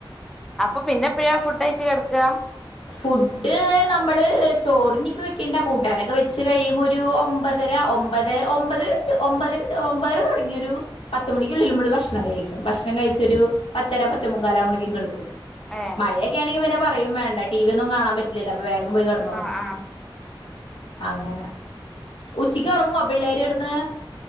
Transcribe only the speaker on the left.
ഫുഡ് നമ്മള് ചോറിനിപ്പ വെക്കണ്ട കൂട്ടാനൊക്കെ വെച്ച് കഴിയുമ്പോ ഒരു ഒമ്പതര ഒമ്പത് ഒമ്പതര ഒമ്പതര ഒമ്പതര തുടങ്ങി ഒരു പത്തുമണിക്കുള്ളിൽ നമ്മള് ഭക്ഷണം കഴിക്കും. ഭക്ഷണം കഴിച്ച് ഒരു പത്തര പത്തേ മുക്കാലാവുമ്പോളേക്കും കിടക്കും
മഴയൊക്കെ ആണെങ്കിൽ പിന്നെ പറയും വേണ്ട ടിവി ഒന്നും കാണാൻപറ്റില്ലാലോ അപ്പോ വേഗം പോയി കെടന്നൊറങ്ങും
അങ്ങനെ ഉച്ചക്ക് ഉറങ്ങുവോ പിള്ളേര് കിടന്ന്